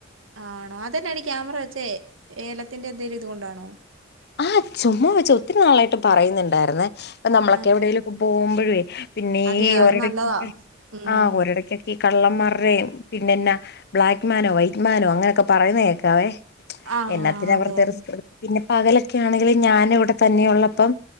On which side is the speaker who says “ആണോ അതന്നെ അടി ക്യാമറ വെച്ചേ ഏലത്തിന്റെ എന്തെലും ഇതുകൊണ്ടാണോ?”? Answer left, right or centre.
Right